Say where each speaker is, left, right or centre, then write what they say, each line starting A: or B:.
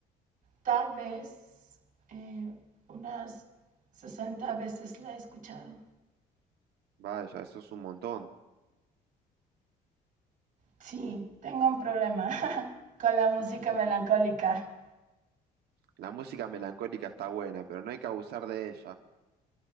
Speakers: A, on the right; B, on the right.
A: tal vez eh, unas 60 veces la he escuchado.
B: Vaya, eso es un montón.
A: Sí, tengo un problema <laughs> con la música
B: <laughs>
A: melancólica.
B: La música melancólica está buena, pero no hay que abusar de ella.